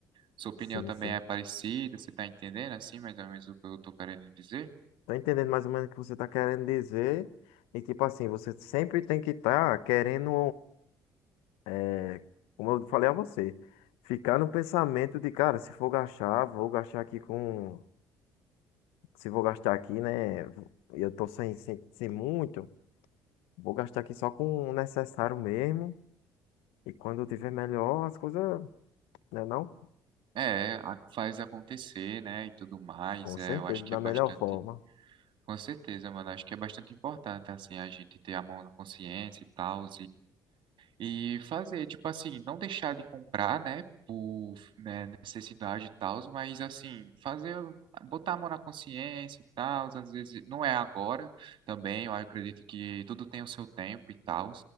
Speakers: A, on the right; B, on the left.
A: Sua opinião
B: Sim,
A: também
B: sim.
A: é parecida, você tá entendendo assim, mais ou menos o que eu tô querendo dizer?
B: Tô entendendo mais ou menos o que você tá querendo dizer. E tipo assim, você sempre tem que estar querendo, é, como eu falei a você, ficar no pensamento de, cara, se for gastar, vou gastar aqui com. Se vou gastar aqui, né? Eu tô sem, sem, sem muito, vou gastar aqui só com o necessário mesmo. E quando eu tiver melhor, as coisas, né, não?
A: É, a- faz acontecer, né, e tudo mais,
B: Com
A: é,
B: certeza,
A: eu acho que
B: da
A: é bastante,
B: melhor forma.
A: com certeza, mano, acho que é bastante importante, assim, a gente ter a mão na consciência e tal, E fazer, tipo assim, não deixar de comprar, né, por, né, necessidade e tal, mas assim, fazer, botar a mão na consciência e tal, às vezes não é agora também, eu acredito que tudo tem o seu tempo e tal.